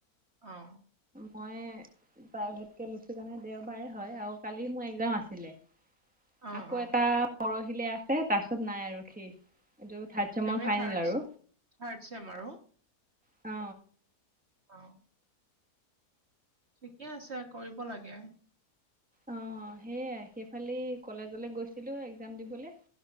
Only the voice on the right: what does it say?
অ
অ
অ
এম এ
থাৰড
থাৰ্ড ছেম আৰু,
অ। ঠিকে আছে কৰিব লাগে।